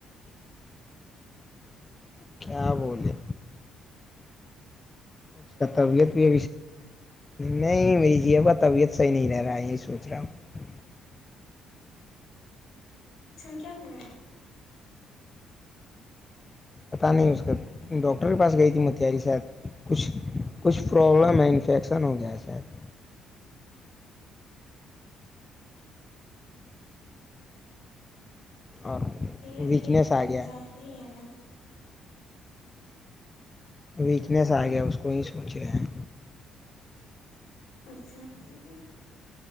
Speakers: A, on the left; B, on the left.
A: کیا بولے اس کا
B: بور
A: طبیعت
B: ہو گیا
A: بھی نہیں میری جی کا طبیعت صحیح نہیں رہ رہا یہی سوچ رہا ہوں
B: اچھا کیا ہوا ہے
A: پتہ نہیں اس کا
B: ہیلو
A: ڈاکٹر کے پاس گئی تھی میں تیری شاید کچھ کچھ پرابلم ہے انفیکشن ہو گیا ہے شاید اور
B: یہ
A: ویکنیس
B: ہے
A: آ گیا
B: جانی ہے نہیں ہے کیا ہوا
A: ویکنیس آ گیا اس کو ہی سوچ رہے ہیں
B: اچھا بالکل